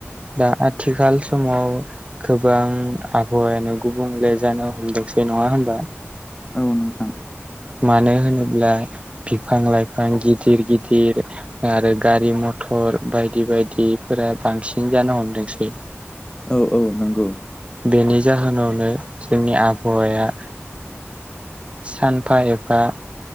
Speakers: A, on the right; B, on the left.
A: दा आथिखाल समाव गोबां आबहावायानो गुबुंले जानो हमदोंसै नङा होमबा।
B: औ नोंथां
A: मानो होनोब्ला बिफां लाइफां गिदिर गिदिर आरो गारि मथर बायदि बायदिफोरा बांसिन जानो हमदोंसै।
B: औ औ नोंगौ।
A: बेनि जाहोनावनो जोंनि आबहावाया सानफा एफा